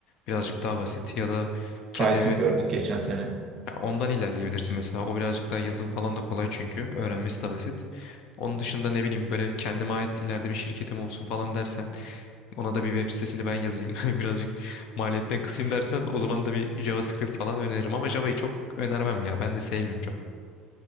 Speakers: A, on the left; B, on the right.
A: Birazcık daha basit ya da
B: Python
A: kendi
B: gördük geçen sene.
A: ya ondan ilerleyebilirsin mesela. O birazcık daha yazım falan da kolay çünkü. Öğrenmesi de basit. Onun dışında ne bileyim böyle kendime ait ileride bir şirketim olsun falan dersen ona da bir web sitesini ben yazayım. <laughs> Birazcık maliyetten kısayım dersen o zaman da bir JavaScript falan öneririm. Ama Java'yı çok önermem ya. Ben de sevmiyorum çok.